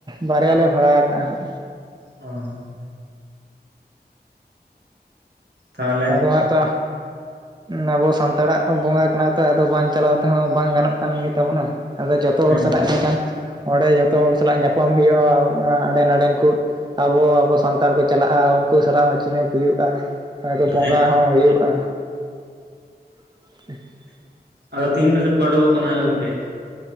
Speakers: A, on the right; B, on the right.
A: ᱵᱟᱨᱭᱟ ᱞᱮ ᱵᱷᱟᱲᱟ ᱟᱠᱟᱜᱼᱟ ᱦᱟᱸᱜ
B: ᱚᱸ ᱛᱟᱦᱚᱞᱮ
A: ᱟᱫᱚ ᱦᱟᱸᱜ ᱛᱚ ᱟᱵᱚ ᱥᱟᱱᱛᱟᱲᱟᱜ ᱵᱚᱸᱜᱟ ᱠᱟᱱ ᱜᱮᱭᱟ ᱛᱚ ᱟᱫᱚ ᱵᱟᱝ ᱪᱟᱞᱟᱣ ᱛᱮᱦᱚᱸ ᱵᱟᱝ ᱜᱟᱱᱚᱜ ᱠᱟᱱ ᱜᱮᱛᱟᱵᱚᱱᱟ᱾ ᱟᱫᱚ ᱡᱚᱛᱚ
B: ᱦᱮᱸ
A: ᱦᱚᱲ ᱥᱟᱞᱟᱜ ᱮᱸᱠᱷᱟᱱ ᱚᱸᱰᱮ ᱡᱚᱛᱚ ᱦᱚᱲ ᱥᱟᱞᱟᱜ ᱧᱟᱯᱟᱢ ᱦᱩᱭᱩᱜᱼᱟ ᱦᱟᱸᱰᱮ ᱱᱟᱰᱮᱱ ᱠᱩ ᱟᱵᱚ ᱟᱵᱚ ᱥᱟᱱᱛᱟᱲ ᱠᱚ ᱪᱟᱞᱟᱜᱼᱟ ᱩᱱᱠᱩ ᱥᱟᱞᱟᱜ ᱦᱚᱸ ᱪᱤᱱᱟᱹᱯ ᱦᱩᱭᱩᱜᱼᱟ ᱟᱫᱚ ᱵᱚᱸᱜᱟ
B: ᱦᱮᱸ
A: ᱦᱚᱸ ᱦᱩᱭᱩᱜᱼᱟ᱾ <inaudible>
B: ᱟᱫᱚ ᱛᱤᱱ ᱨᱮᱻᱯᱮ ᱩᱰᱳᱠᱚᱜ ᱠᱟᱱᱟ ᱦᱟᱸᱜ ᱜᱚᱝᱠᱮ,